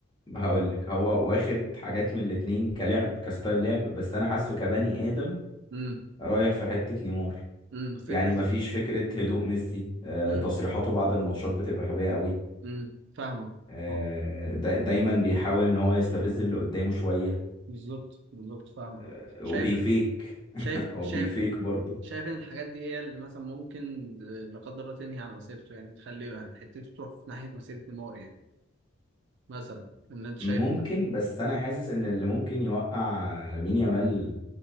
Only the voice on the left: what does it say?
هقول لك هو واخد حاجات من الاتنين كلعب كستايل لعب بس انا حاسه كبني ادم
رايح في حتة نيمار
يعني مفيش فكرة هدوء ميسي آه،
تصريحاته بعد الماتشات بتبقى غبية قوي
آه،
دا- دايما بيحاول ان هو يستفز اللي قدامه شوية
آه،
وبيفيك <laughs>
او
بيفيك برضه
ممكن بس انا حاسس ان اللي ممكن يوقع لامين يامال